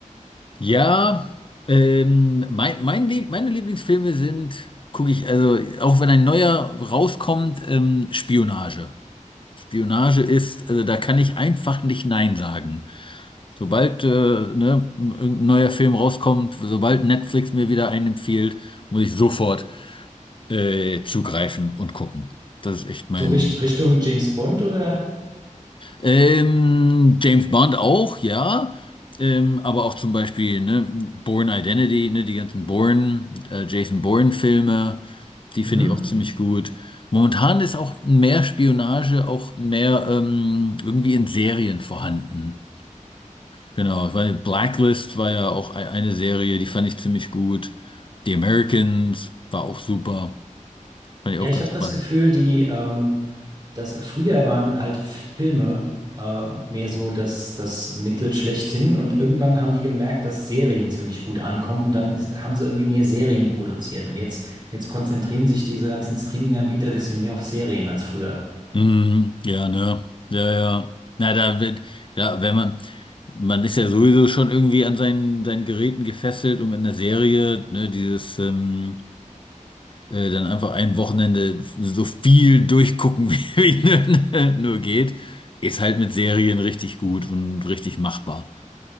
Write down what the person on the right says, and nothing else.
So Richt Richtung James Bond oder?
Mhm.
Ja,
ich
habe das
Gefühl, die, ähm, dass früher waren halt Filme äh, mehr so das, das Mittel schlechthin und irgendwann haben die gemerkt, dass Serien ziemlich gut ankommen und dann ist, haben sie irgendwie mehr Serien produziert und jetzt, jetzt konzentrieren sich diese ganzen Streaming-Anbieter ein bisschen mehr auf Serien als früher.